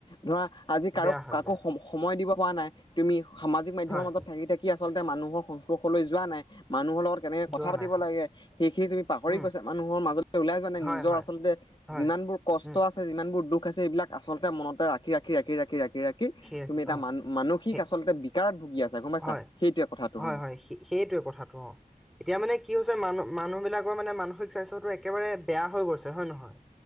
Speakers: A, on the left (about 35°); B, in the centre.
A: ধৰা আজি কাৰো
B: বেয়া হয়,
A: কাকো
B: বেয়া হয়,
A: সময় দিব পৰা নাই তুমি সামাজিক মাধ্যমৰ
B: হয়,
A: মাজত থাকি-থাকি কি আচলতে মানুহৰ সংস্পৰ্শলৈ যোৱা নাই, মানুহৰ লগত কেনেকে কথা
B: যোৱা
A: পাতিব
B: নাই, হয়,
A: লাগে, সেইখিনি তুমি পাহৰি
B: উম,
A: গৈছা, মানুহৰ মাজলৈ ওলাই যোৱা নাই,
B: হয়,
A: নিজৰ
B: হয়,
A: আচলতে
B: হয়,
A: যিমান বোৰ কষ্ট
B: উম,
A: আছে, যিমানবোৰ দুখ আছে, এইবিলাক আচলতে মনতে ৰাখি ৰাখি ৰাখি ৰাখি ৰাখি ৰাখি কি
B: ৰাখি,
A: তুমি এটা
B: অ'।
A: মান মানসিক
B: সেই
A: আচলতে বিকাৰত ভুগি আছা গম পাইছা?
B: হয়
A: সেইটোৱে কথাটো
B: হয়
A: মানে।
B: হয় সেইটোৱে কথাটো অঁ। এতিয়া মানে কি হৈছে, মানু মানুহ বিলাকৰ মানে মানসিক স্বাস্থ্যয়টো একেবাৰে বেয়া হৈ গৈছে হয় নহয়?